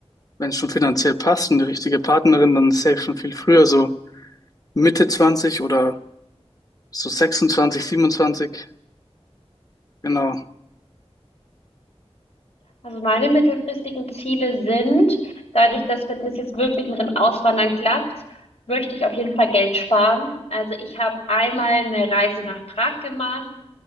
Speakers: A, on the left; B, on the left.
A: wenn es schon finanziell passt und die richtige Partnerin, dann safe schon viel früher, so Mitte 20 oder so 26, 27, genau.
B: Also meine mittelfristigen Ziele sind, dadurch, dass wenn es jetzt wirklich mit dem Auswandern klappt, möchte ich auf jeden Fall Geld sparen. Also ich habe einmal eine Reise nach Prag gemacht.